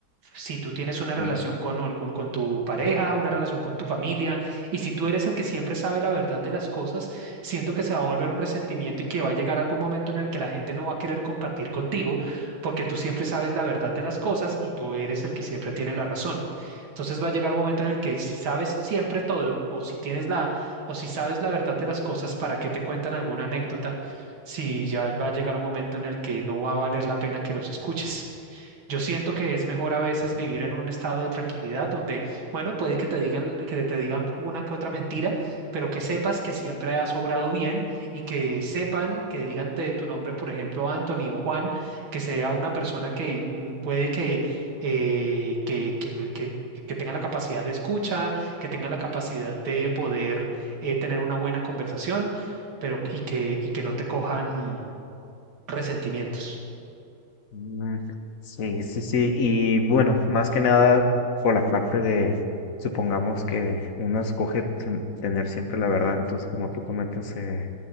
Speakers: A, on the right; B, on the left.
A: Si tú tienes una relación
B: ¿Eh?
A: con algún, con tu pareja, una relación con tu familia, y si tú eres el que siempre sabe la verdad de las cosas, siento que se va a volver un resentimiento y que va a llegar algún momento en el que la gente no va a querer compartir contigo porque tú siempre sabes la verdad de las cosas y tú eres el que siempre tiene la razón. Entonces va a llegar un momento en el que si sabes siempre todo o si tienes la o si sabes la verdad de las cosas, ¿para qué te cuentan alguna anécdota? si ya va a llegar un momento en el que no va a valer la pena que los escuches. Yo siento que es mejor a veces
B: Ujú.
A: vivir en un estado de tranquilidad donde, bueno, puede que te digan, que te digan una que otra mentira, pero que sepas que siempre has obrado bien y que sepan, que digan de tu nombre, por ejemplo, Anthony o Juan, que sea una persona que mm, puede que, eh, que, que, lo- que- que tenga la capacidad de escucha, que tenga la capacidad de poder eh, tener una buena conversación, pero y que, y que no te cojan resentimientos.
B: Mm, Sí, sí, sí. Y bueno, más que nada por la parte de, supongamos que uno escoge ten- tener siempre la verdad, entonces como tú comentas, eh,